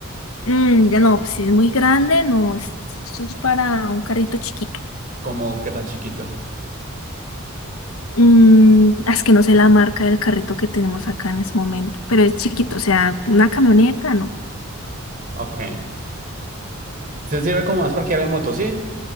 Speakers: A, on the left; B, on the right.
A: mm, ya no, si es muy grande, no, es- eso es para un carrito chiquito.
B: como que tan chiquito.
A: Mm, ah, es que no sé la marca del carrito que tenemos acá en este momento, pero es chiquito, o sea, una camioneta, no.
B: Ok. Se sirve como más parqueadero de moto, ¿sí?